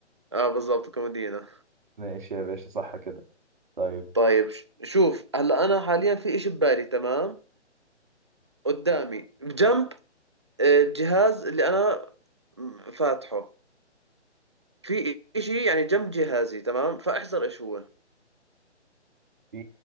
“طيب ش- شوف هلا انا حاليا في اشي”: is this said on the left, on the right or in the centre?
Right